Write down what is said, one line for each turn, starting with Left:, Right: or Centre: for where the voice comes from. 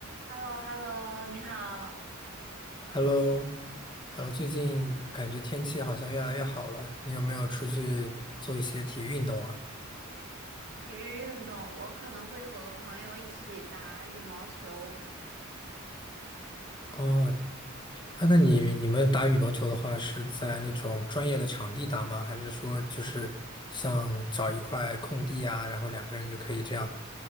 Right: h e l l o h e l l o 你好。
Left: Hello，Hello，最近感觉天气好像越来越好了，你有没有出去做一些体育运动啊？
Right: 体育运动，我可能会和朋友一起打羽毛球。
Left: 哦，啊，那你你们打羽毛球的话，是在那种专业的场地打吗？还是说就是像找一块空地啊，然后两个人就可以这样